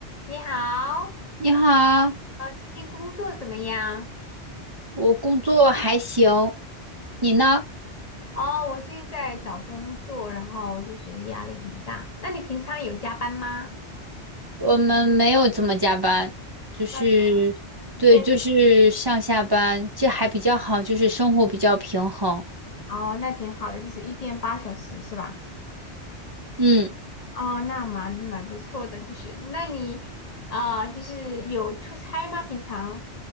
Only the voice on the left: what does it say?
你好，
呃，最近工作怎么样？
哦，我最近在找工作，然后就觉得压力很大。那你平常有加班吗？
那挺好一天，
哦，那挺好的，就是一天八小时是吧？
哦，那蛮蛮不错的，就是那你啊，呃就是有出差吗？平常？